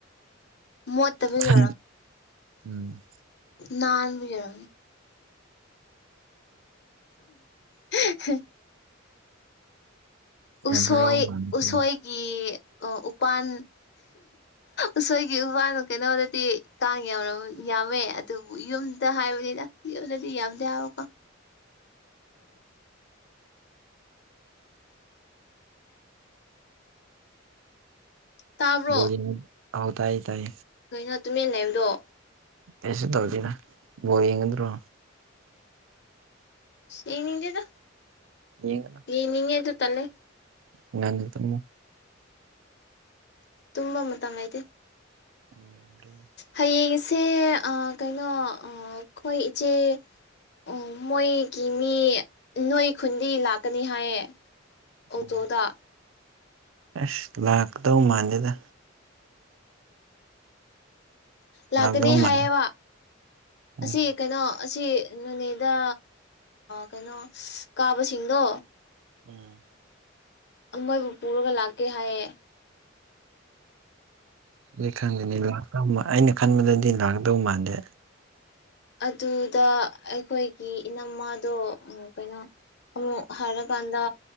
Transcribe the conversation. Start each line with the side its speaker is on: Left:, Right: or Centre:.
Left: ꯃꯣꯠꯇꯕꯒꯤ
Right: ꯊ ꯎꯝ
Left: ꯅꯥꯟ ꯌꯥꯔ ꯍꯦ ꯍꯦ
Right: ꯌꯥꯝ
Left: ꯎꯁꯣꯏ
Right: ꯍꯔꯥꯎ ꯃꯥꯜꯂꯤꯀꯣ
Left: ꯎꯁꯣꯏꯒꯤ ꯑꯣ ꯎꯄꯥꯟ ꯎꯁꯣꯏꯒꯤ ꯎꯄꯥꯟ ꯀꯩꯅꯣꯗꯗꯤ ꯀꯥꯡ ꯌꯥꯝ ꯌꯥꯝꯃꯦ ꯑꯗꯨꯕꯨ ꯌꯨꯝꯗ ꯍꯥꯏꯕꯅꯤꯅ ꯌꯨꯝꯗꯗꯤ ꯌꯥꯝꯗꯦ ꯍꯥꯏꯕꯀꯣ ꯇꯥꯕ꯭ꯔꯣ
Right: ꯣꯖꯤ ꯍꯧ ꯇꯥꯏ ꯇꯥꯏ
Left: ꯀꯩꯅꯣ ꯇꯨꯃꯤꯟꯅ ꯂꯩꯕꯗꯣ
Right: ꯀꯩꯁꯨ ꯇꯧꯗꯦꯅ ꯕꯣꯜ ꯌꯦꯡꯅꯤꯡꯗ꯭ꯔꯣ
Left: ꯌꯦꯡꯅꯤꯡꯗꯦꯗ
Right: ꯌꯦꯡꯉꯨꯅꯣ
Left: ꯌꯦꯡꯅꯤꯡꯉꯦ ꯑꯗꯨ ꯇꯜꯂꯦ
Right: ꯉꯟꯅ ꯇꯨꯝꯃꯣ
Left: ꯇꯨꯝꯕ ꯃꯇꯝ ꯂꯩꯇꯦ
Right: ꯎꯝ ꯑꯗꯨꯅꯤ
Left: ꯍꯌꯦꯡꯁꯦ ꯀꯩꯅꯣ ꯑꯈꯣꯏ ꯏꯆꯦ ꯑꯣ ꯃꯣꯏꯒꯤ ꯃꯤ ꯅꯣꯏ ꯈꯨꯟꯗꯩ ꯂꯥꯛꯀꯅꯤ ꯍꯥꯏꯌꯦ ꯑꯣꯇꯣꯗ
Right: ꯎ ꯑꯁ ꯂꯥꯛꯀꯗꯧ ꯃꯥꯟꯗꯦꯗ
Left: ꯂꯥꯛꯀꯅꯤ
Right: ꯂꯥꯛꯗꯧ ꯃꯥꯟꯗꯦ
Left: ꯍꯥꯏꯌꯦꯕ
Right: ꯎꯝ
Left: ꯑꯁꯤ ꯀꯩꯅꯣ ꯑꯁꯤ ꯅꯣꯅꯦꯗ ꯀꯩꯅꯣ ꯀꯥꯕꯁꯤꯡꯗꯣ
Right: ꯎꯝ
Left: ꯃꯣꯏꯕꯨ ꯄꯨꯔꯒ ꯂꯥꯛꯀꯦ ꯍꯥꯏꯌꯦ
Right: ꯑꯗꯨ ꯈꯪꯗꯦꯅꯤ ꯑꯩꯅ ꯈꯟꯕꯗꯗꯤ ꯂꯥꯛꯗꯧ ꯃꯥꯟꯗꯦ
Left: ꯑꯗꯨꯗ ꯑꯩꯈꯣꯏꯒꯤ ꯏꯅꯝꯃꯗꯣ ꯀꯩꯅꯣ ꯑꯃꯨꯛ ꯍꯥꯏꯔꯀꯥꯟꯗ